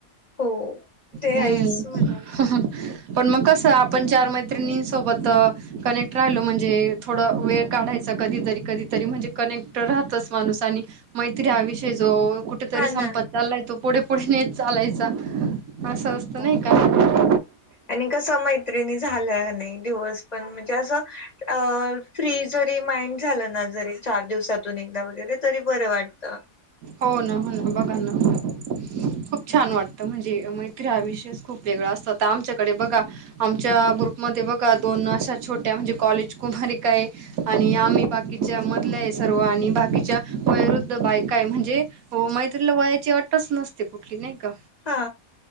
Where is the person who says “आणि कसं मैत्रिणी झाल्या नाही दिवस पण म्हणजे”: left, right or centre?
Left